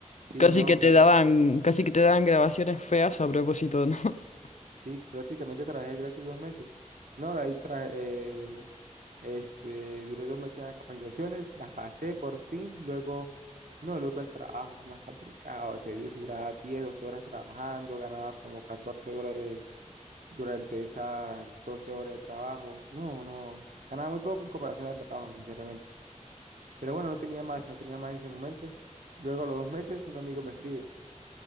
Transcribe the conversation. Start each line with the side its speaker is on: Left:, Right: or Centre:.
Right: Sí,
Left: Casi
Right: no,
Left: que
Right: fueron
Left: te daban,
Right: todos.
Left: casi que te daban grabaciones feas a propósito, ¿no? <laughs>
Right: Sí, prácticamente trabajé gratis dos meses. No, ahí traje, eh, este, duré dos meses en las capacitaciones, las pasé por fin, luego, no, luego el trabajo fue más complicado, te dio su duraba 10 12 horas trabajando, ganaba como 14 dólares durante esas 12 horas de trabajo. No, no, ganaba muy poco en comparación al trabajo, sinceramente. Pero bueno, no tenía más, no tenía más en ese momento. Luego a los dos meses un amigo me escribe